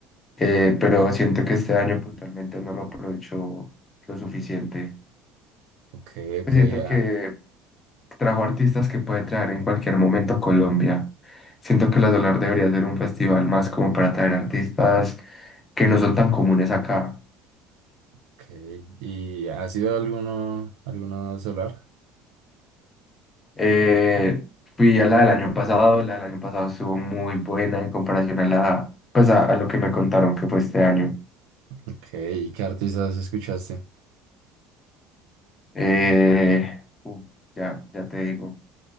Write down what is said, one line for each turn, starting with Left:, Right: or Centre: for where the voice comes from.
Left: eh, pero siento que este año puntualmente no lo aprovechó lo suficiente.
Right: Ok, ok,
Left: Pues siento que
Right: ah,
Left: trajo artistas que puede traer en cualquier momento a Colombia. Siento que La Solar debería ser un festival más como para traer artistas que no son tan comunes acá.
Right: ok. ¿Y ha sido alguno, alguno Solar?
Left: Eh, fui a la del año pasado, la del año pasado estuvo muy buena en comparación a la, pues a, a lo que me contaron que fue este año.
Right: Ok, ¿y qué artistas escuchaste?
Left: Eh, uh, ya, ya te digo.